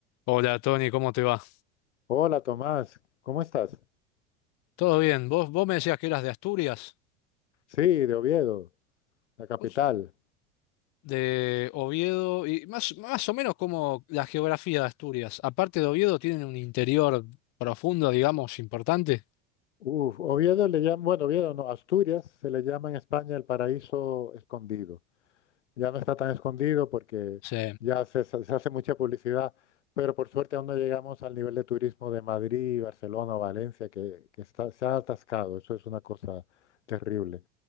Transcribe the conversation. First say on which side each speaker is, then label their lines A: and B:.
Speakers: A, on the left; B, on the left.
A: Hola Tony, ¿cómo te va?
B: Hola Tomás, ¿cómo estás?
A: ¿Todo bien? ¿Vos, vos me decías que eras de Asturias?
B: Sí, de Oviedo, la capital.
A: ¿Vos de Oviedo? Y más, más o menos como la geografía de Asturias. Aparte de Oviedo, tienen un interior profundo, digamos, importante.
B: Uf, Oviedo le llaman, bueno, Oviedo no, Asturias se le llama en España el paraíso escondido. Ya no está tan escondido porque
A: Sí,
B: ya se, se- se hace mucha publicidad, pero por suerte aún no llegamos al nivel de turismo de Madrid, Barcelona o Valencia, que, que está, se ha atascado. Eso es una cosa terrible.